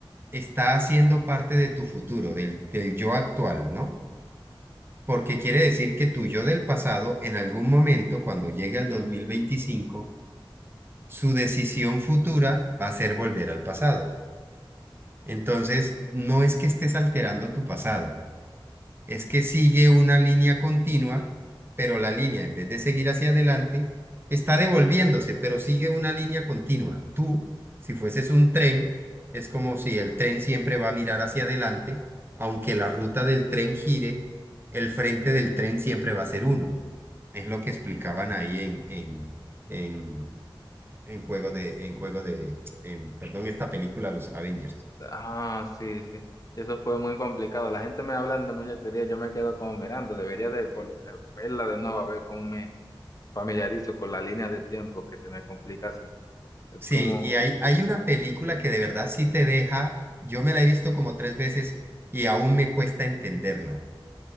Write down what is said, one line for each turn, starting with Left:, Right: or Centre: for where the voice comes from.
Right: está haciendo parte de tu futuro, del, del yo actual, ¿no? Porque quiere decir que tu yo del pasado, en algún momento, cuando llegue al 2025, su decisión futura va a ser volver al pasado. Entonces, no es que estés alterando tu pasado, es que sigue una línea continua, pero la línea, en vez de seguir hacia adelante, está devolviéndose, pero sigue una línea continua. Tú, si fueses un tren, es como si el tren siempre va a mirar hacia adelante, aunque la ruta del tren gire, el frente del tren siempre va a ser uno. Es lo que explicaban ahí en, en, en, en juego de, en juego de, en, perdón, esta película, Los Avengers.
Left: Ah, sí, sí. Eso fue muy complicado. La gente me habla de muchas teorías, yo me quedo como mirando. Debería de por- eh, verla de nuevo a ver cómo me familiarizo con la línea de tiempo que se me complica así. Es
Right: Sí,
Left: como,
Right: y hay, hay una película que de verdad sí te deja, yo me la he visto como tres veces y aún me cuesta entenderla.